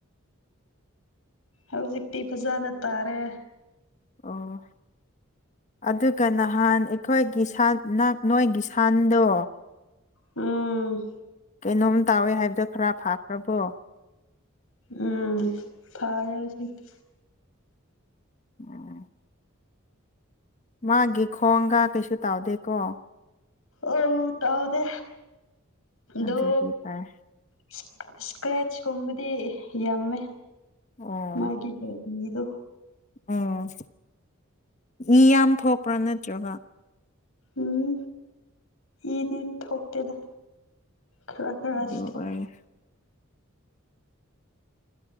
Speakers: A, on the left (about 80°); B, on the left (about 35°).
A: ꯍꯧꯖꯤꯛꯇꯤ ꯐꯖꯅ ꯇꯥꯔꯦ
B: ꯑꯣ ꯑꯗꯨꯒ ꯅꯍꯥꯟ ꯑꯩꯈꯣꯏꯒꯤ ꯁꯥꯟꯅ ꯅꯣꯏꯒꯤ ꯁꯥꯟꯗꯣ
A: ꯎꯝ
B: ꯀꯩꯅꯣꯝ ꯇꯥꯎꯋꯦ ꯍꯥꯏꯕꯗꯣ ꯈꯔ ꯐꯥꯈ꯭ꯔꯕꯣ
A: ꯎꯝ ꯐꯥꯔꯦ ꯍꯧꯖꯤꯛꯇꯤ
B: ꯎꯝ ꯃꯥꯒꯤ ꯈꯣꯡꯒ ꯀꯩꯁꯨ ꯇꯥꯎꯗꯦꯀꯣ
A: ꯑꯧ ꯇꯥꯎꯗꯦ
B: ꯑꯗꯨꯗꯤ
A: ꯗꯣ
B: ꯐꯔꯦ
A: ꯏꯁ ꯏꯁꯀ꯭ꯔꯦꯆ ꯀꯨꯝꯕꯗꯤ ꯌꯥꯝꯃꯦ
B: ꯑꯣ
A: ꯃꯥꯒꯤ ꯕꯕꯤꯗꯣ
B: ꯎꯝ ꯏ ꯌꯥꯝ ꯊꯣꯛꯄ꯭ꯔꯥ ꯅꯠꯇ꯭ꯔꯒ
A: ꯎꯝ ꯏꯗꯤ ꯊꯣꯛꯇꯦꯗ ꯈ꯭ꯔ ꯈ꯭ꯔꯗꯤ
B: ꯑꯗꯨ ꯑꯣꯏꯔꯦ
A: ꯊꯣꯛꯑꯦ